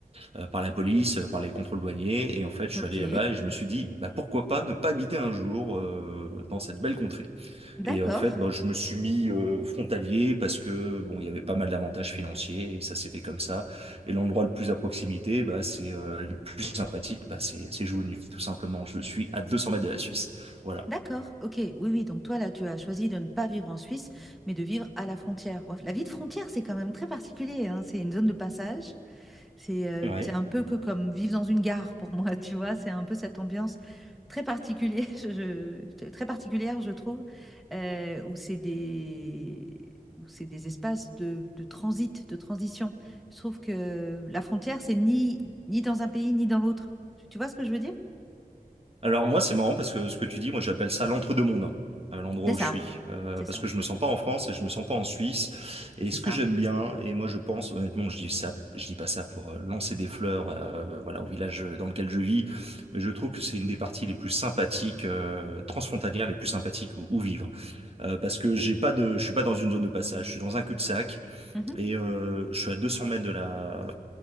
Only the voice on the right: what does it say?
euh, par la police, euh, par les contrôles douaniers. Et en fait, je
suis allé là-bas et je me suis dit, bah, pourquoi pas ne pas habiter un jour euh, dans cette belle contrée.
Et en fait, bah, je me suis mis euh, frontalier parce que bon, il y avait pas mal d'avantages financiers et ça s'est fait comme ça. Et l'endroit le plus à proximité, bah, c'est euh, le plus sympathique, bah, c'est c'est Jougny, tout simplement. Je suis à 200 mètres de la Suisse. Voilà.
Ouais.
Alors moi, c'est marrant parce que ce que tu dis, moi j'appelle ça l'entre-deux-mondes, hein, à l'endroit
où je suis. Euh,
parce
que je me sens pas en France et je me sens pas en Suisse. Et
ce
que j'aime bien, et moi je pense, honnêtement, je dis ça, je dis pas ça pour euh, lancer des fleurs, euh, voilà, au village dans lequel je vis, mais je trouve que c'est une des parties les plus sympathiques, euh, transfrontalières, les plus sympathiques où, où vivre. Euh, parce que j'ai pas de, je suis pas dans une zone de passage, je suis dans un cul-de-sac
et euh, je suis à 200 mètres de la,